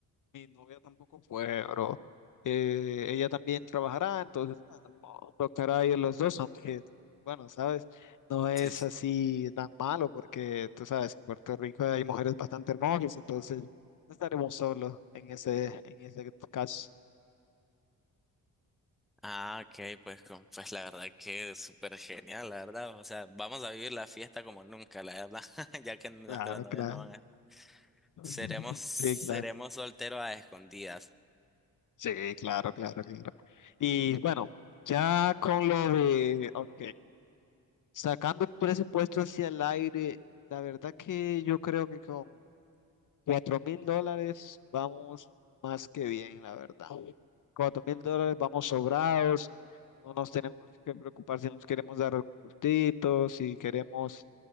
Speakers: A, on the left (about 55°); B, in the centre.
A: mi novia tampoco fue, bro. Eh, ella también trabajará, entonces, bueno, ni modo, tocará ir los dos, aunque, bueno, sabes, no es
B: Sí. sí.
A: así tan malo porque, tú sabes, en Puerto Rico hay mujeres bastante hermosas, entonces no estaremos solos en ese, en ese caso.
B: Ah, ok, pues, con- pues la verdad que es súper genial, la verdad. O sea, vamos a vivir la fiesta como nunca, la verdad, <laughs> ya que nuestras
A: Claro,
B: novias
A: claro.
B: no van a
A: <laughs>
B: Seremos, seremos
A: Sí, claro.
B: solteros a escondidas.
A: Sí, claro, claro, claro. Y
B: <laughs>
A: bueno, ya con lo de, ok, sacando un presupuesto hacia el aire, la verdad que yo creo que con cuatro mil dólares vamos más que bien, la verdad. Cuatro mil dólares vamos sobrados, no nos tenemos que preocupar si nos queremos dar algún gustito, si queremos,